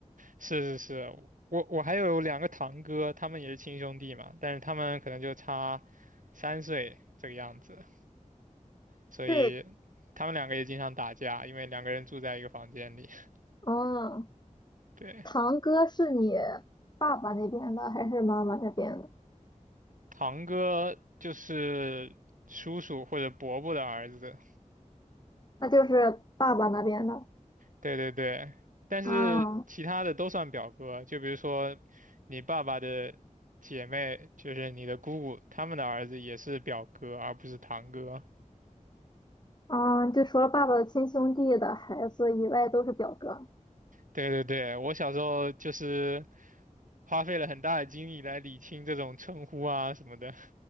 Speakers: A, on the right; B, on the left.
A: 是是是，我我还有两个堂哥，他们也是亲兄弟嘛，但是他们可能就差三岁这个样子。所以
B: 对，
A: 他们两个也经常打架，因为两个人住在一个房间里。<laughs>
B: 嗯，
A: 对，
B: 堂哥是你爸爸那边的还是妈妈那边的？
A: 堂哥就是叔叔或者伯伯的儿子。
B: 那就是爸爸那边的。
A: 对对对，但是其他的都算表哥，
B: 啊
A: 就比如说你爸爸的姐妹，就是你的姑姑，他们的儿子也是表哥，而不是堂哥。
B: 啊，就除了爸爸的亲兄弟的孩子以外，都是表哥。
A: 对对对，我小时候就是花费了很大的精力来理清这种称呼啊什么的。